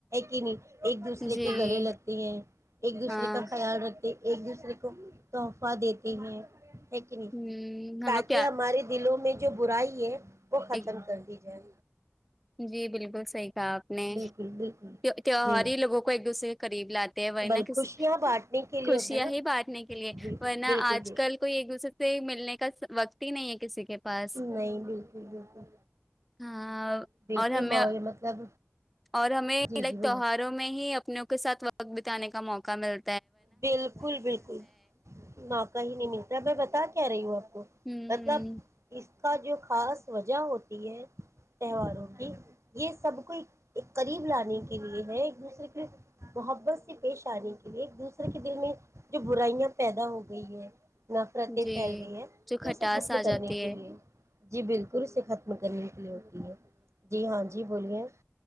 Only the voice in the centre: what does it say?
جی
ہاں
ہ ہم
لوگ کیا
ایک
جی بالکل صحیح کہا آپ نے
تیوہار
ہی لوگوں کو ایک دوسرے کے قریب لاتے ہیں وہی نہ
کسی
خوشیاں
ہی بانٹنے کے لیے
ورنہ
آج
کل کوئی ایک دوسرے سے مل نے کا وقت ہی نہیں ہے کسی کے پاس
ہاں
اور ہمیں
اور ہمیں
لائک
تیواروں میں ہی اپنوں کے ساتھ وقت بتانے کا موقع مل
ہ
جی
جو
کھٹاس
آ
جاتی
ہے